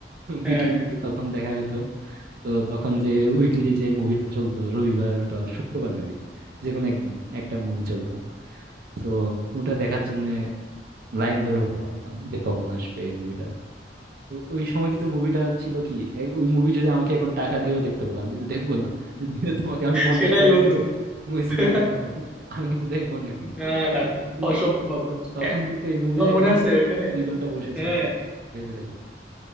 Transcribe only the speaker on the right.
বিটিভি তখন দেখা হইতো তো তখন যে উইকলি যে মুভিটা চলতো রবিবার বা শুক্রবার মেবি যে কোনো একদিন একটা মুভি চলতো তো ওটা দেখার জন্য লাইন ধরে বসে থাকতাম যে কখন আসবে এই মুভিটা তো ওই সময় কিন্তু মুভিটা ছিল কি এ- ওই মুভি যদি আমাকে এখন টাকা দিয়েও দেখতে বলো আমি কিন্তু দেখবো না যদি তোমাকে আমি পঞ্চাশ
টাকা
দিব তুমি ওই
সিনেমা দেখো আমি কিন্তু দেখবো না এখন
কিন্তু
তখন
কিন্তু এই মুভি
দেখার
জন্য
দুই ঘন্টা বসেছিলাম
ভেবে দেখো